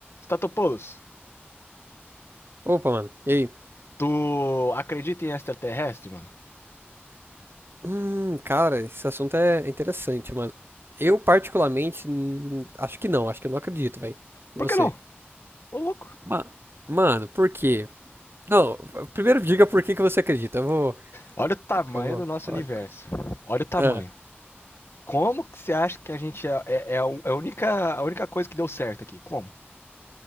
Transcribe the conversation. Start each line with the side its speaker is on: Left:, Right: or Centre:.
Left: Statopoulos,
Right: Opa, mano. E aí?
Left: tu acredita em extraterrestre, mano?
Right: Hum, cara, esse assunto é interessante, mano. Eu, particularmente, hum, acho que não. Acho que eu não acredito, velho.
Left: Por
Right: Você.
Left: que não? Ô louco.
Right: Ma- mano, por quê? Não, primeiro diga por que que você acredita. Eu vou,
Left: Olha o tamanho
Right: eu vou
Left: do nosso
Right: falar
Left: universo.
Right: depois.
Left: Olha o tamanho.
Right: Ah,
Left: Como que você acha que a gente é, é, é a é única, a única coisa que deu certo aqui? Como?